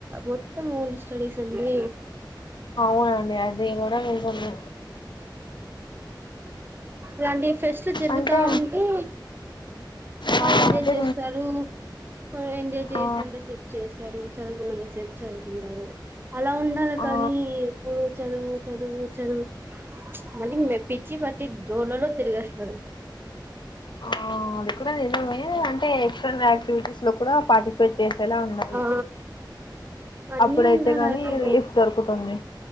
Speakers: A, on the right; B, on the left.
A: మొత్తం ఓన్లీ స్టడీస్ అంటే
B: అండి అది కూడా కూడా నిజమే
A: లాంటి ఫెస్ట్లు జరుగుతా
B: అంటే
A: ఉంటే బాగా
B: ఆ
A: ఎంజాయ్
B: అదే
A: చేస్తారు కూడా ఎంజాయ్ చేసినంతసేపు
B: ఆ
A: చేస్తారు చదువుకున్నంతసేపు చదువుకుంటారు అలా ఉండాలి
B: ఆ
A: కానీ ఎప్పుడు చదువు చదువు చదువు మళ్ళీ మె పిచ్చి పట్టి డోర్లలో తిరిగేస్తారు
B: ఆ అది కూడా నిజమే అంటే ఎక్స్టర్నల్ యాక్టివిటీస్ లో కూడా పార్టిసిపేట్ చేస్ ఎలా ఉండాలి
A: ఆ అన్నీ
B: అప్పుడైతే
A: ఉండాలా
B: గానీ
A: ఇప్పుడు
B: రిలీఫ్ దొరుకుతుంది